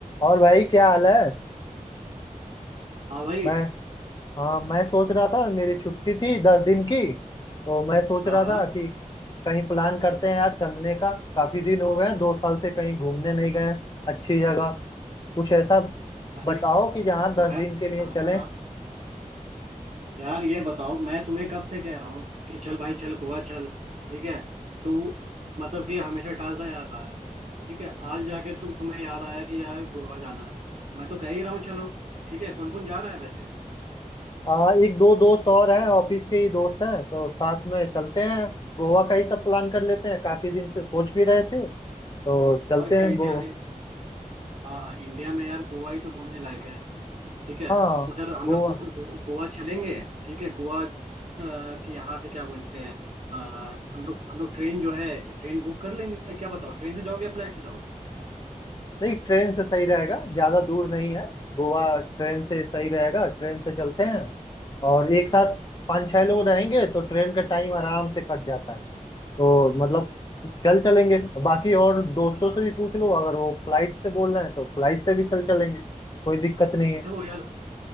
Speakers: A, on the left; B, on the right.
A: और भाई क्या हाल है
B: हाँ भाई
A: मैं हाँ मैं सोच रहा था मेरी छुट्टी थी दस दिन की तो मैं सोच
B: हाँ
A: रहा
B: हाँ
A: था कि कहीं प्लान करते हैं यार चलने का काफी दिन हो गए दो साल से कहीं घूमने नहीं गए हैं। अच्छी जगह कुछ ऐसा
B: अरे
A: बताओ कि जहाँ दस
B: मैं
A: दिन के लिए
B: हाँ
A: चलें
B: हाँ यार ये बताओ मैं तुम्हें कब से कह रहा हूँ कि चल भाई चल गोवा चल ठीक है तू मतलब कि हमेशा टालता जाता है ठीक है आज जाके तुम तुम्हें याद आया कि यार गोवा जाना है मैं तो कह ही रहा हूँ चलो ठीक है कौन कौन जा रहा है वैसे
A: आ, एक दो दोस्त और हैं ऑफिस के ही दोस्त हैं तो साथ में चलते हैं गोवा का ही सब प्लान कर लेते हैं काफी दिन से सोच भी रहे थे तो चलते
B: और क्या
A: हैं गो
B: इंडिया हाँ हाँ इंडिया में यार गोवा ही तो घूमने लायक है ठीक है
A: हाँ
B: उधर हम
A: गोवा
B: लोग गो, गो, गोवा चलेंगे ठीक है गोवा अ, कि यहाँ से क्या बोलते हैं अ, हम लोग हम लोग ट्रेन जो है ट्रेन बुक कर लेंगे क्या बताओ ट्रेन से जाओगे या फ्लाइट से जाओगे
A: नहीं ट्रेन से सही रहेगा ज़्यादा दूर नहीं है गोवा ट्रेन से सही रहेगा ट्रेन से चलते हैं और एक साथ पाँच छह लोग रहेंगे तो ट्रेन का टाइम आराम से कट जाता है तो मतलब चल चलेंगे बाकी और दोस्तों
B: हाँ
A: से भी पूछ लो अगर वो फ्लाइट से बोल रहे हैं तो फ्लाइट से भी चल चलेंगे कोई दिक्कत नहीं है
B: देखो यार